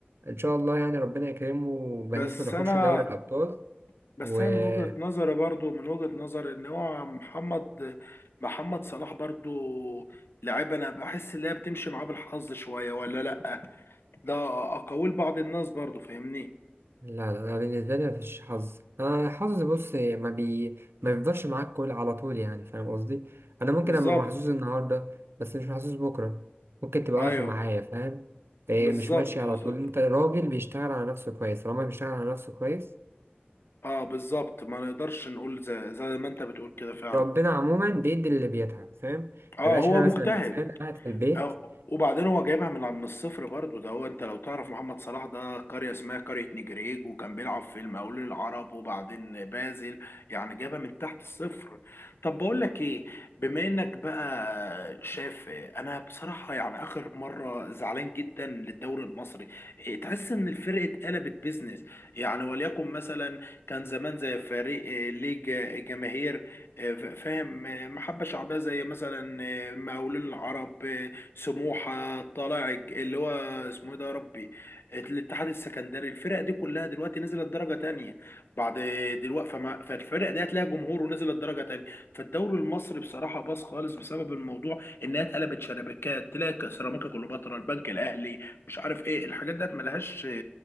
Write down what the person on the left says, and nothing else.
بس
انا
بس
انا من وجهة نظري برضو من وجهة نظري ان هو محمد محمد صلاح برضو لعيب انا بحس ان هي بتمشي معاه بالحظ شوية ولا لا ده اقاويل بعض الناس برضو فاهمني
بالظبط
ايوه
بالظبط
بالظبط
اه بالظبط ما نقدرش نقول زي, زي ما انت بتقول كده فعلا
اه
هو
مجتهد
أو وبعدين هو جايبها من من الصفر برضه ده هو انت لو تعرف محمد صلاح ده قرية اسمها قرية نجريج وكان بيلعب في المقاولون العرب وبعدين بازل يعني جابها من تحت الصفر طب بقول لك ايه بما انك بقى شاف انا بصراحة يعني اخر مرة زعلان جدا للدوري المصري إيه، تحس ان الفرق اتقلبت بيزنس يعني وليكن مثلا كان زمان زي فريق آه، ليه جا- جماهير آه، ف- فاهم آه، محبة شعبية زي مثلا آه، مقاولون العرب آه، سموحة طلائع اللي هو اسمه ايه ده يا ربي الاتحاد السكندري الفرق دي كلها دلوقتي نزلت درجة تانية بعد دلوقتي فما فالفرق دي هتلاقي جمهور ونزلت درجة تانية فالدوري المصري بصراحة باظ خالص بسبب الموضوع انها اتقلبت شبكات تلاقي سيراميكا كليوباترا البنك الاهلي مش عارف ايه الحاجات ديت ملهاش